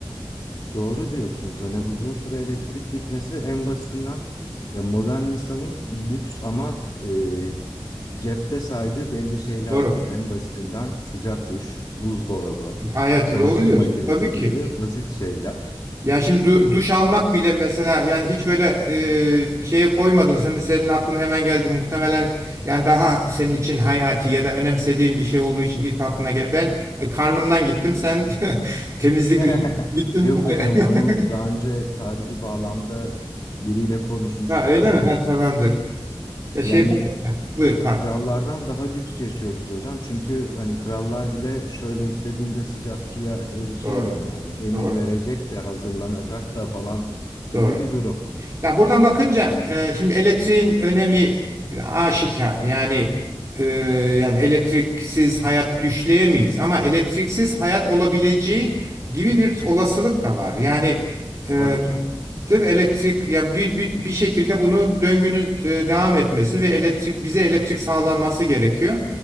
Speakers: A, on the left; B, on the right.
A: Doğru diyorsunuz. Hani uzun süre elektrik gitmesi en basitinden ya modern insanın lüks ama e, cepte saydığı belli şeyler
B: Doğru.
A: var. En basitinden sıcak duş, buzdolabı,
B: Hayati
A: çamaşır
B: doğru diyorsun.
A: makinesi
B: Tabii ki.
A: gibi basit şeyler.
B: Yani şimdi du- duş almak bile mesela yani hiç böyle e, şeye koymadın. Sen, senin aklına hemen geldi muhtemelen yani daha senin için hayati ya da önemsediğin bir şey olduğu için ilk aklına gel. Ben e, karnımdan gittim sen <laughs> temizlik
A: <laughs>
B: üzerine gittin.
A: Yok hocam bunu
B: <laughs>
A: daha önce tarihi bağlamda biriyle konuşmuştuk
B: Ha öyle
A: da hani
B: mi? Ha tamamdır. Ya şey
A: yani
B: bak buyur pardon.
A: Krallardan daha lüks yaşıyoruz hocam. Çünkü hani krallar bile şöyle istediğinde sıcak suya erişemiyor
B: Doğru.
A: yani. Emir
B: Doğru.
A: verecek de hazırlanacak da falan gibi
B: Doğru.
A: bir durum
B: Ya buradan bakınca e, şimdi elektriğin önemi aşikar. Yani e, yani elektriksiz hayat düşleyemeyiz ama elektriksiz hayat olabileceği gibi bir olasılık da var. Yani e,
A: var hocam.
B: Değil mi? Elektrik yani bir, bir, bir şekilde bunun döngünün e, devam etmesi ve elektrik bize elektrik sağlanması gerekiyor.